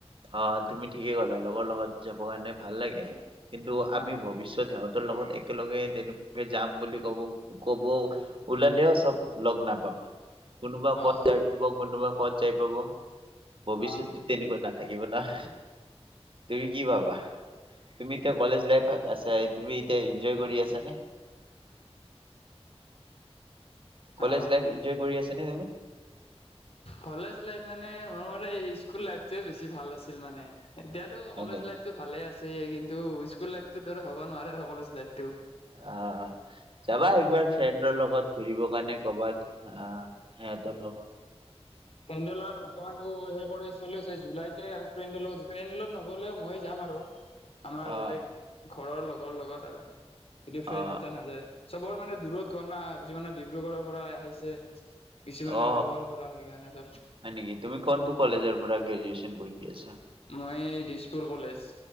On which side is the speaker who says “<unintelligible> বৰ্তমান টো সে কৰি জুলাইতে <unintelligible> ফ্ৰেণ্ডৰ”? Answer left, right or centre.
Left